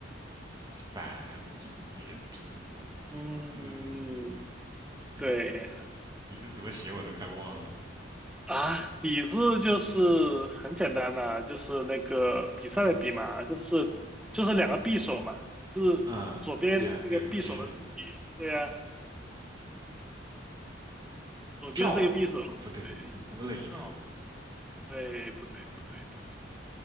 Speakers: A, on the right (about 20°); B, in the centre.
A: 反比比比字
B: 嗯。
A: 比字比字怎么写我都快忘了，
B: 对啊，比字就是很简单的，就是那个比赛的比嘛，
A: 反比，
B: 就是就是两个匕首嘛，就是左边那个匕首的匕，
A: 嗯，两个匕首，
B: 对呀、左边是一个匕首，
A: 照，不对，
B: 对，
A: 多了一个，
B: 照，对，不对，不对，不对，